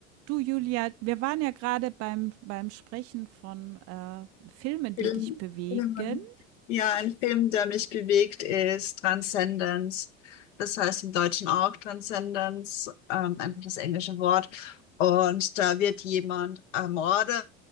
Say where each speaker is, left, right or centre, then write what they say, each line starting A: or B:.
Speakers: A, on the right (about 40°); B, on the left (about 65°).
A: Du, Julia, wir waren ja gerade beim, beim Sprechen von äh, Filmen, die
B: Film,
A: dich bewegen.
B: Filmen.
A: <laughs>
B: Ja, ein Film, der mich bewegt, ist Transcendence. Das heißt im Deutschen auch Transcendence, ähm, einfach das englische Wort. Und da wird jemand ermordet